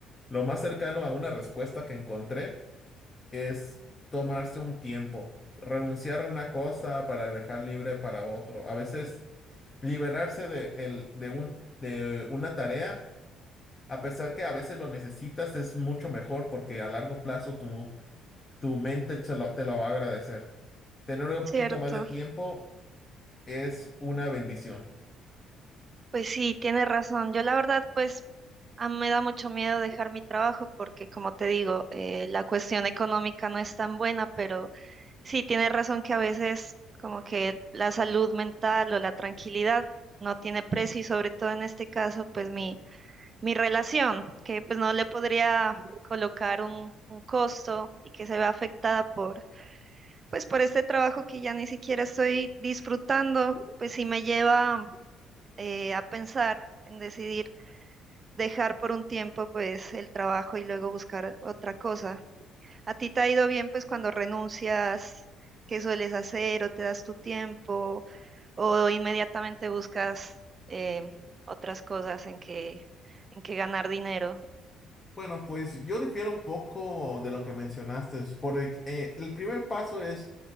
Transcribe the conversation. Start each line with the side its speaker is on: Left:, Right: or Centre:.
Left: Lo más cercano a una respuesta que encontré es tomarse un tiempo, renunciar a una cosa para dejar libre para otro. A veces liberarse de, el- de un, de una tarea, a pesar que a veces lo necesitas, es mucho mejor porque a largo plazo tu mente se lo- te lo va a agradecer. Tener un
Right: Cierto.
Left: poquito más de tiempo es una bendición.
Right: Pues sí, tienes razón. Yo la verdad, pues a mí me da mucho miedo dejar mi trabajo porque, como te digo, eh, la cuestión económica no es tan buena, pero sí, tienes razón que a veces como que la salud mental o la tranquilidad no tiene precio y sobre todo en este caso, pues mi, mi relación, que pues no le podría colocar un, un costo y que se ve afectada por, pues por este trabajo que ya ni siquiera estoy disfrutando, pues sí me lleva eh, a pensar en decidir dejar por un tiempo pues el trabajo y luego buscar otra cosa. ¿A ti te ha ido bien pues cuando renuncias? ¿Qué sueles hacer o te das tu tiempo o inmediatamente buscas eh, otras cosas en que, en que ganar dinero?
Left: Bueno, pues yo difiero un poco de lo que mencionaste, porque eh, el primer paso es,